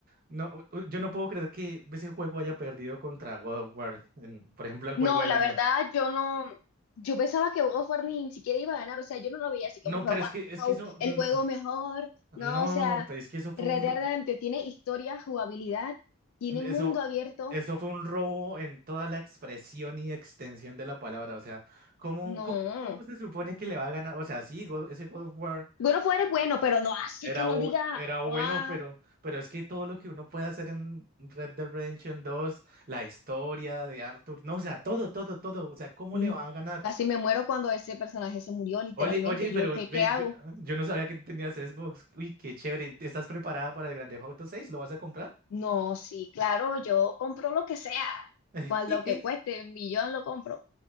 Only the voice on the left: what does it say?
No,
la
verdad, yo no, yo pensaba que uno fuera ni siquiera iba a ganar, o sea, yo no lo veía así
como fue,
wow,
el juego mejor,
no, o sea,
Red
Dead
Redemption tiene historia, jugabilidad, tiene
mundo abierto,
no,
bueno, fuera es bueno, pero no, así
que uno
diga,
ah,
mm,
casi me muero cuando ese personaje se murió, literalmente,
yo, ¿qué,
qué hago?
No, sí, claro, yo compro lo que sea,
cual lo que cueste, un millón lo compro.